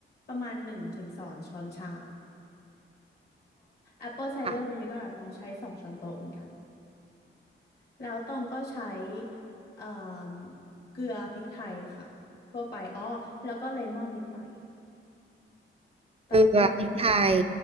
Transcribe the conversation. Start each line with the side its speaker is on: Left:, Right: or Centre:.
Left: ประมาณหนึ่งถึงสองช้อนชา Apple
Right: <laughs>
Left: Cider
Right: ค่ะ
Left: Vinegar อะต้องใช้สองช้อนโต๊ะเหมือนกันแล้วตองก็ใช้เอ่มเกลือพริกไทยค่ะทั่วไปอ้อแล้วก็เลมอนนิดหน่อย
Right: เกลือพริกไทย
Left: ตัดเปรี้ยวนิดหน่อย